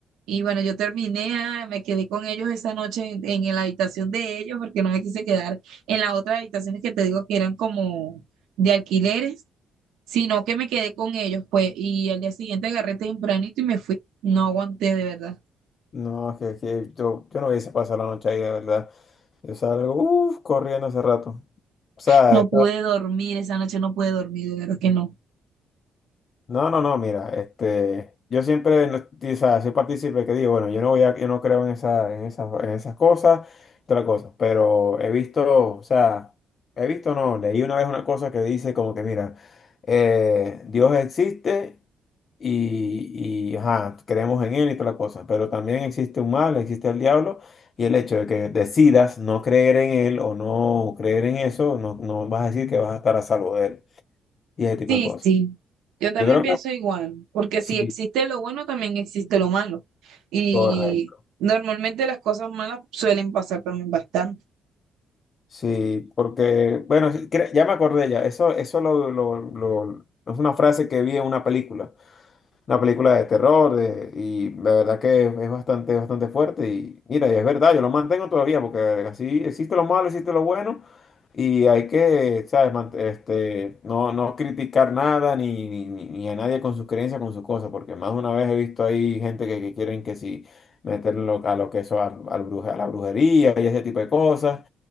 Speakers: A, on the right; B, on the left.
A: Y bueno, yo terminé, ah, me quedé con ellos esa noche en, en la habitación de ellos porque no me quise quedar en las otras habitaciones que te digo que eran como de alquileres sino que me quedé con ellos, pues, y al día siguiente agarré tempranito y me fui. No aguanté de verdad.
B: No, es que, es que yo, yo no hubiese pasado la noche ahí, de verdad. Yo salgo, uff, corriendo hace rato. O sea,
A: No pude dormir esa noche, no pude dormir, de verdad que no.
B: No, no, no, mira, este, yo siempre, no- o sea, soy partícipe que digo, bueno, yo no voy a, yo no creo en esa, en esas, en esas cosas, otra cosa, pero he visto, o sea, he visto, no, leí una vez una cosa que dice como que, mira, eh, Dios existe y, y, ajá, creemos en él y toda la cosa, pero también existe un mal, existe el diablo, y el hecho de que decidas no creer en él o no creer en eso, no, no vas a decir que vas a estar a salvo de él, y ese tipo
A: Sí,
B: de cosas.
A: sí. Yo también
B: Yo creo
A: pienso
B: que...
A: igual, porque
B: Sí.
A: si existe lo bueno, también existe lo malo. Y
B: Correcto.
A: normalmente las cosas malas suelen pasar también bastante.
B: Sí, porque, bueno, sí, cre- ya me acordé ya, eso, eso lo, lo- lo- es una frase que vi en una película. una película de terror de- y la verdad que es bastante, bastante fuerte y mira, y es verdad, yo lo mantengo todavía porque así existe lo malo, existe lo bueno y hay que, ¿sabes? Mant- Este, no, no criticar nada ni, ni, ni- ni a nadie con sus creencias, con sus cosas, porque más de una vez he visto ahí gente que, que quieren que sí meterlo a lo que eso, al, al bruja- a la brujería y ese tipo de cosas.